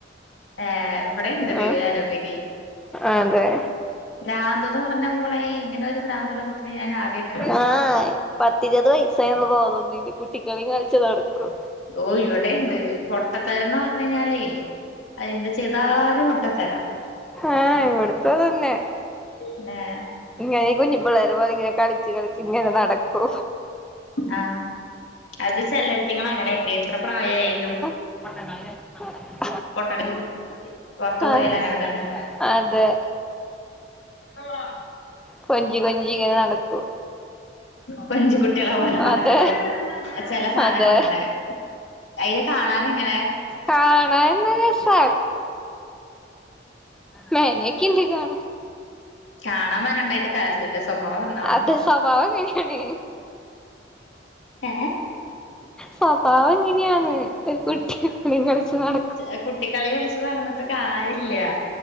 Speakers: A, on the left (about 85°); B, in the centre.
A: ഏഹ് ഇവടേണ്ടടീ
B: ആഹ്
A: ഒര് അര പിരി.
B: അതെ
A: ഭ്രാന്ത്ന്ന് പറഞ്ഞ മോളെ ഇങ്ങനെ ഒരു ഭ്രാന്ത്ള്ള കുട്ടിനെ ഞാനാദ്യാ
B: ആഹ് പത്തിരുപത് വയസായിന്ന്ള്ള ബോധൊന്നുല്ല്യ കുട്ടികളിം കള്ച്ച് നടക്കും.
A: ഓഹ് ഇവിടേണ്ട്, പൊട്ടത്തരന്ന് പറഞ്ഞെയ്ഞ്ഞാലേ അയ് എന്ത് ചെയ്താലും പൊട്ടത്തരാ
B: ആഹ് ഇവിടുത്തൂ അതെന്നെ.
A: ന്നെ
B: ഇങ്ങനെ ഈ കുഞ്ഞു പിള്ളേരെ പോലെങ്ങനെ കളിച്ച് കളിച്ചിങ്ങനെ നടക്കൂ.
A: ആ അത് ചെലേറ്റ്ങ്ങളങ്ങനേപ്പെ എത്ര പ്രായായാലും
B: <inaudible>
A: പൊട്ട <unintelligible> പൊറത്ത് പോയലു
B: അഹ്
A: അങ്ങനെ തന്നെ.
B: അതെ
A: <inaudible>
B: കൊഞ്ചി കൊഞ്ചിങ്ങനെ നടക്കൂ.
A: കൊഞ്ചി കുട്ട്യേളെ പോലെ നടക്കണേ
B: അതെ
A: അയ് ചെല സാനങ്ങളങ്ങനേ
B: അതെ
A: അയ്നെ കാണാനെങ്ങനെ?
B: കാണാൻ നല്ല രസാ മേനേക്കെണ്ട് കാണാ,
A: കാണാൻ മനണ്ടായിട്ട് കാര്യല്ലല്ലോ സ്വഭാവം നന്നാവണ്ടേ
B: അത സ്വഭാവങ്ങന്യാണ്.
A: ഏഹ്?
B: സ്വഭാവം അങ്ങന്യാന്ന് ഒരു കുട്ടി കള്യും കള്ച്ച് നട
A: അയ് കുട്ടിക്കളി കളിച്ച് നടന്ന്ട്ട് കാര്യല്ല്യ.